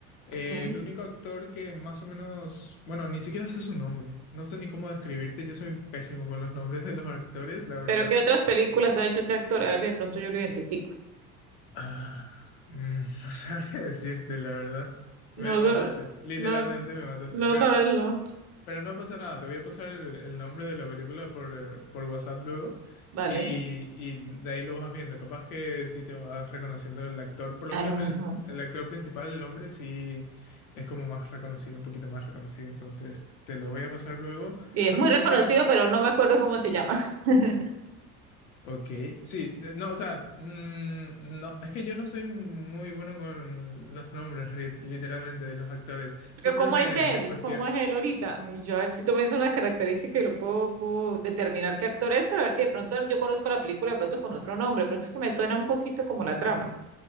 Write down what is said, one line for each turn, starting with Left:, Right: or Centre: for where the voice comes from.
Left: Eh,
Right: ok.
Left: el único actor que más o menos, bueno, ni siquiera sé su nombre. No sé ni cómo describirte. Yo soy pésimo con los nombres de los actores, la verdad.
Right: Pero ¿qué otras películas ha hecho ese actor? A ver, de pronto yo lo identifico.
Left: Ah, mm, <laughs> no sabría decirte, la verdad. Me
Right: No,
Left: mataste.
Right: sa-
Left: Literalmente
Right: no,
Left: me mataste.
Right: no
Left: Pero
Right: sabes, no.
Left: Pero no pasa nada, te voy a pasar el, el nombre de la película por, eh, por WhatsApp luego
Right: Vale,
Left: y, y de ahí lo vas viendo. Capaz que si te vas reconociendo el actor, por lo
Right: a
Left: menos
Right: lo mejor.
Left: el, el actor principal, el hombre, sí es como más reconocido, un poquito más reconocido. Entonces te lo voy a pasar luego.
Right: Y es
Left: No
Right: muy
Left: sé
Right: reconocido,
Left: si tienes...
Right: pero no me acuerdo cómo se llama. <laughs>
Left: Ok, sí, de- no, o sea, mm, no, es que yo no soy muy bueno con los nombres, ri- literalmente, de los actores.
Right: Pero
Left: Siempre
Right: ¿cómo
Left: me,
Right: es él?
Left: me cuestiono.
Right: ¿Cómo es él ahorita? Y yo a ver si tú me dices una característica y lo puedo, puedo determinar qué actor es, para ver si de pronto yo conozco la película de pronto con otro nombre, pero es que me suena un poquito como la trama,